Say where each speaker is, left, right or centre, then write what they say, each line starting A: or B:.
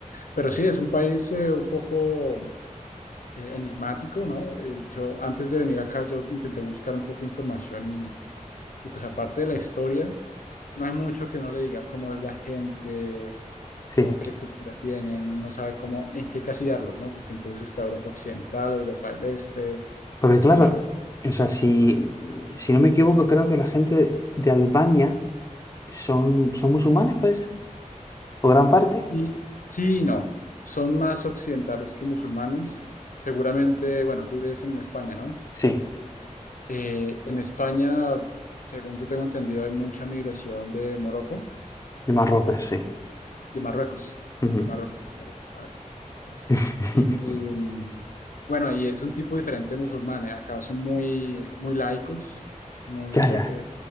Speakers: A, on the left; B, on the left.
A: Pero sí, es un país eh, un poco eh, enigmático, ¿no? Eh, yo antes de venir acá, yo intenté buscar un poco de información y, y, pues aparte de la historia, no hay mucho que uno le diga cómo es la gente
B: sí.
A: o qué cultura tienen, uno sabe cómo, en qué casillarlos, ¿no? Porque entonces está Europa Occidental, Europa del Este,
B: Porque claro,
A: eh,
B: o sea, si, si no me equivoco, creo que la gente de Albania son, son musulmanes, puede ser, o gran parte.
A: y sí y no, son más occidentales que musulmanes. Seguramente, bueno, tú vives en España, ¿no?
B: Sí,
A: Eh, en España, según yo tengo entendido, hay mucha migración de Morocco,
B: de Marruecos, sí.
A: de Marruecos,
B: Ujú.
A: Marruecos, Marruecos.
B: <laughs>
A: Y mm, bueno, ahí es un tipo diferente de musulmanes. Acá son muy, muy laicos, muy,
B: Ya,
A: se-
B: ya.
A: eh,